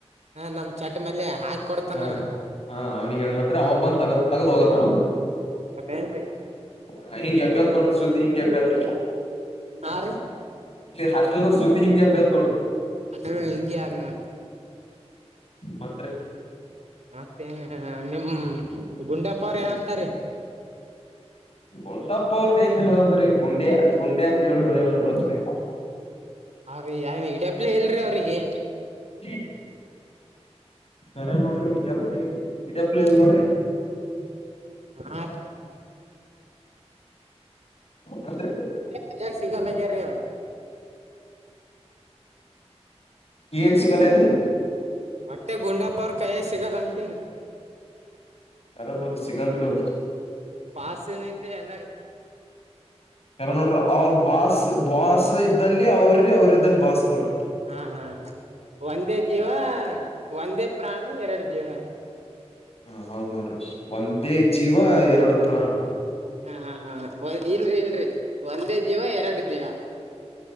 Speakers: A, on the right; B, on the left.
A: ಹಾ ನಮ್ ಚಟ ಮಲ್ಯ ಹಾಕಿ ಕೊಡ್ತಾನಲ್ರಿ.
B: ಹಾ ಹಾ ಅವ್ನಿಗ ಹೇಳ್ಯಾನತ್ರಿ
A: ಹ
B: ಅವ ಬಂದ್ ತಗ ತಗದ್ ವಾಗದ್ದಾನ ಅಂತ್.
A: ಹೌದೇನ್ರಿ
B: ಹ ಹಿಂಗ ಎಬ್ಬ್ಯದ ನೋಡ್ರಿ ಸುದ್ದಿ ಹಿಂಗ ಎಬ್ಬ್ಯದ್ರಿ.
A: ಹಾ ರೀ
B: ಹಾಸ್ಟಲ್ದೋರ್ ಸುದ್ದಿ ಹಿಂಗ ಎಬ್ಬ್ಯದ ನೋಡ್ರಿ.
A: ಹ್ಮ ಹಿಂಗೆ ಆದ ನೋಡ್ರೀ.
B: ಮತ್ರಿ.
A: ಮತ್ತ ಏನ್ ನಿಮ ಗುಂಡಪರ ಏನಂತಾರಿ.
B: ಗುಂಡಪ್ಪ ಅವ್ರದ್ದ ಏನ್ ಹೇಳದ್ರಿ ಗುಂಡ್ಯಾ ಗುಂಡ್ಯಾಂದ ಏನ್ ಹೇಳ ಹೇಳ ಹೇಳ ಹೇಳಪ್ ಏನ್
A: ಹಾರಿ ಯಾನ್ ಹಿಡಿಯಪ್ಪಲೇ ಇಲ್ರಿ ಅವ್ರಿಗಿ.
B: ಹ್ಮ್ ಕರೆ ನೋಡ್ರಿ ಹಿಡ್ಯಾಪ್ಲಿ ಹಿಡ್ಯಪ್ಲಿಲ್ಲಿ ನೋಡ್ರಿ.
A: ಹಾರಿ.
B: ಮತ್ರಿ
A: ಕೈಯಾಗ ಸಿಗಲ್ಲಾಗ್ಯರೀ ಅವ್ರು.
B: ಏನ್ ಸಿಗಲ್ಲ ಆಗ್ಯದ್ರಿ.
A: ಒಟ್ಟೆ ಗುಂಡಪ್ಪ ಅವ್ರ ಕೈಯಾಗ ಸಿಗಲ್ಲ ಅಂತಿನ್ರೀ.
B: ಖರೆ ನೋಡ್ರಿ ಸಿಗಲ್ರಿ ಅವ್ರು.
A: <unintelligible> ನಿಂತ ರಿ ಅಣ್ಣಾರಿ
B: ಖರೆ ನೋಡ್ರಿ ಅವ್ರ ಬಾಸ್ ಬಾಸ್ ಇದ್ದಲ್ಲಿ ಅವ್ರ್ರಿ ಅವ್ರ ಇದ್ದಲ್ಲಿ ಬಾಸ್ ನೋಡ್ರಿ.
A: ಹಾ ಹಾ ಒಂದೇ ಜೀವ ಒಂದೇ ಪ್ರಾಣ ಎರಡು ಜೀವ.
B: ಹ ಹೌದ್ ನೋಡ್ರಿ ಒಂದೇ ಜೀವ ಎರಡು ಪ್ರಾಣ ನೋಡಿ.
A: ಹಾ ಹ ಇಲ್ರಿ ಇಲ್ರಿ ಒಂದೇ ಜೀವ ಎರಡು ದೇಹಾ.